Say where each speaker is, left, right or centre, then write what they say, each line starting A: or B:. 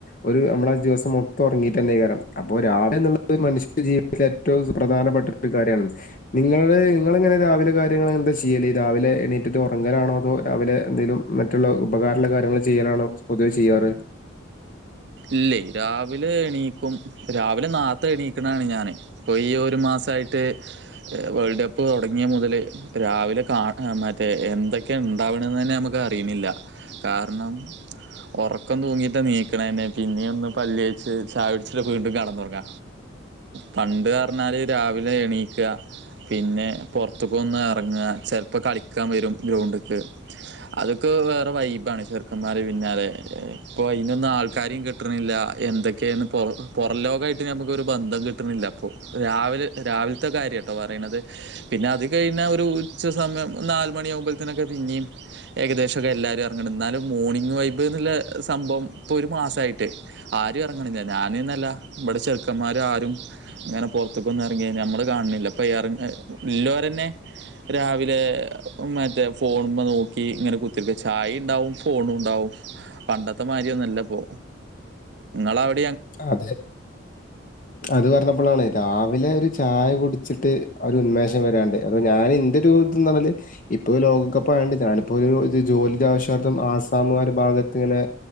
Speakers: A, on the left (about 40°); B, on the right (about 60°).
A: ഒരു നമ്മളാ ഒര് ദിവസം മൊത്തം ഒർങ്ങീട്ടെന്നെയ് ക്കാരം. അപ്പൊ രാവിലെ ന്നുള്ളത് മനുഷ്യന്റെ ജീവിതത്തില് ഏറ്റവും സുപ്രധാനപ്പെട്ട ഒരു കാര്യാണ്. നിങ്ങള് ഇങ്ങള്ങ്ങനെ രാവിലെ കാര്യങ്ങൾ എന്താ ചെയ്യല്? രാവിലെ എണീറ്റിട്ട് ഒർ ങ്ങലാണോ തോ രാവിലെ എന്തെലും മറ്റുള്ള ഉപകാരള്ള കാര്യങ്ങള് ചെയ്യലാണോ പൊതുവേ ചെയ്യാറ്?
B: ഇല്ലെ. രാവിലെ എണീ ക്കും. രാവ്ലെ നാത്ത എണീക്ക്ണാണ് ഞാന്. ഇപ്പോ ഈ ഒരു മാസായിട്ട് വേൾഡ് കപ്പ് തൊ തൊട്ങ്ങിയ മുതല് രാവിലെ കാണാ ന്നറ്റെ എന്തൊക്കെയ ഇണ്ടാവണ്ന്ന്ന്നെ നമ്മക്ക് അറീണ്ല്ല. കാര്ണം ഒറക്കം തൂങ്ങിട്ടാണീക്ക്ണെന്നെ. പിന്നെയൊന്ന് പല്ലേച്ച് ചായട്ച്ചാ വീണ്ടും കട്ന്നൊർങ്ങ. പണ്ട് അർഞ്ഞാല് രാവിലെ എണീക്ക പിന്നെ പൊർത്തുക്കൊന്ന് എർങ്ങ. ചെൽപ്പോ കളിക്കാ വരും ഗ്രൗണ്ട്ക്ക്. അതൊക്കെ വേറ വൈബാണ് ചെറുക്കന്മാരെ പിന്നാലെ ഇപ്പോ അയ്നൊന്നും ആൾ ക്കാരിം കിട്ട്ണില്ല എന്തൊക്കേണ് പൊറം പൊറം ലോകായിട്ട് നമുക്കൊരു ബന്ധം കിട്ട്ണില്ല ഇപ്പൊ. രാവിലെ രാവിൽത്തെ കാര്യാട്ടൊ പറീണത്. പിന്നെ അത് കയ്ഞ്ഞാ ഒരു ഉച്ച സമയം നാല് മണിയാവുമ്പോത്ത്ന് ഒക്കെ പിന്നിം. ഏകദേശം ക്കെ എല്ലാരും എർങ്ങ്ണ്ട്. ന്നാലും മോണിംഗ് വൈബ് ന്നുള്ള സംഭവം ഇപ്പൊ ഒരു മാസായിട്ട് ആരും എർങ്ങ്ണില്ല. ഞാന്ന്നല്ല ഇവ്ടെ ചെറ്ക്കന്മാരും ആരും ങ്ങനെ പൊർത്ത്ക്കൊന്നും എർങ്ങി നമ്മള് കാണ്ണില്ല. ഇപ്പൊ എർങ്ങ ല്ലോരെന്നെ രാവിലെ മറ്റേ ഫോണ്മ്മേ നോക്കി ഇങ്ങനെ കുത്തിരിക്ക ചായിണ്ടാവു ഫോണും ഉണ്ടാവും. പണ്ടത്തെ മാതിരി ഒന്നുല്ല. പ്പൊ ഇങ്ങളവ്
A: അതെ അത് പറഞ്ഞപ്പോളാണെ രാവിലെ ഒരു ചായ കുടിച്ചിട്ട് ഒരു ഉന്മേഷം വരാണ്ട് അത് ഞാൻ എന്റെ ഒരു ഇത് ന്ന്‌ പറഞ്ഞാല് ഇപ്പൊ ലോകകപ്പ് ആയത്കൊണ്ട് ഞാനിപ്പോ ഒരു ജോലി ആവശ്യാർത്ഥം ആസ്സാം ഒരു ഭാഗത്ത് ഇങ്ങനെ